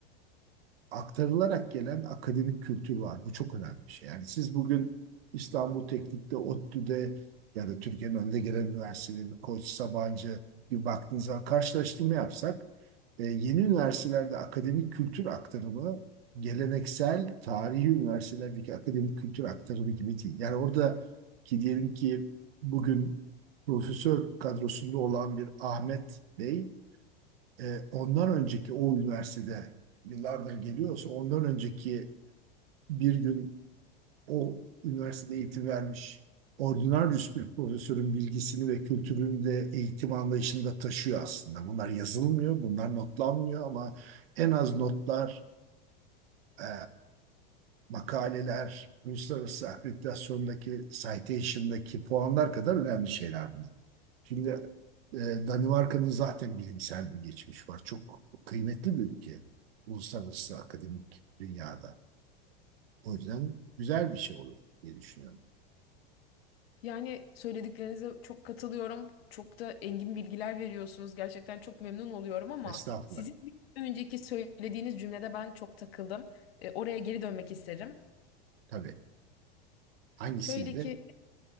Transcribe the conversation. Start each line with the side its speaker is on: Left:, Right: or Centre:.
Right: aktarılarak gelen akademik kültür var. Bu çok önemli bir şey. Yani siz bugün İstanbul Teknik'te, ODTÜ'de ya da Türkiye'nin önde gelen üniversiteleri Koç, Sabancı bir baktığınız karşılaştırma yapsak e, yeni üniversitelerde akademik kültür aktarımı geleneksel tarihi üniversitelerdeki akademik kültür aktarımı gibi değil. Yani orada ki diyelim ki bugün profesör kadrosunda olan bir Ahmet Bey e, ondan önceki o üniversitede yıllardır geliyorsa ondan önceki bir gün o üniversitede eğitim vermiş ordinaryüs bir profesörün bilgisini ve kültürünü de eğitim anlayışında taşıyor aslında. Bunlar yazılmıyor, bunlar notlanmıyor ama en az notlar e, makaleler, uluslararası akreditasyondaki citation'daki puanlar kadar önemli şeyler bunlar. Şimdi e, Danimarka'nın zaten bilimsel bir geçmiş var. Çok kıymetli bir ülke uluslararası akademik dünyada. O yüzden güzel bir şey olur diye düşünüyorum.
Left: Yani söylediklerinize çok katılıyorum. Çok da engin bilgiler veriyorsunuz. Gerçekten çok memnun oluyorum ama
Right: Estağfurullah.
Left: sizin bir önceki söylediğiniz cümlede ben çok takıldım. E, oraya geri dönmek isterim.
Right: Tabii. Hangisiydi?
Left: Şöyle ki